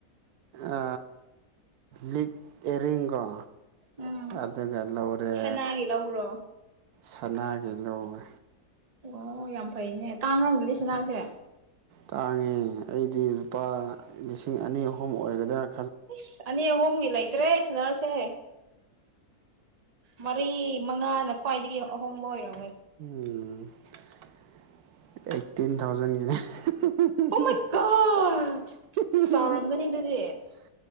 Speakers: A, on the right; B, on the right.
A: ꯑ ꯂꯤꯛ ꯑꯦꯌꯔ ꯔꯤꯡ ꯀꯣ
B: ꯎꯝ
A: ꯑꯗꯨꯒ ꯂꯧꯔꯦ
B: ꯁꯅꯥꯒꯤ ꯂꯧꯕ꯭ꯔꯣ
A: ꯁꯅꯥꯒꯤ ꯂꯧꯋꯦ
B: ꯑꯣ ꯌꯥꯝ ꯐꯩꯅꯦ ꯀꯥꯡꯉꯝꯒꯅꯤ ꯁꯅꯥꯁꯦ
A: ꯇꯥꯡꯉꯤ ꯑꯩꯗꯤ ꯂꯨꯄꯥ ꯂꯤꯁꯤꯡ ꯑꯅꯤ ꯑꯍꯨꯝ ꯑꯣꯏꯒꯗꯔꯥ
B: ꯏꯁ ꯑꯅꯤ ꯑꯍꯨꯝꯒꯤ ꯂꯩꯇꯔꯦ ꯥꯁꯅꯥꯁꯦ ꯃꯔꯤ ꯃꯉꯥꯅ ꯈ꯭ꯋꯥꯏꯗꯒꯤ ꯑꯍꯣꯡꯕ ꯑꯣꯏꯔꯣ
A: ꯎꯝ ꯑꯥꯏꯠꯇꯤꯟ ꯊꯥꯎꯖꯟꯒꯤꯅꯦ ꯍꯨꯝ ꯍꯨꯝ ꯍꯨꯝ ꯍꯨꯝ
B: ꯑꯣ ꯃꯥꯏ
A: ꯍꯨꯝ
B: ꯒꯣꯠ
A: ꯍꯨꯝ ꯍꯨꯝ
B: ꯆꯥꯎꯔꯝꯒꯅꯤ ꯑꯗꯨꯗꯤ
A: ꯍꯨꯝ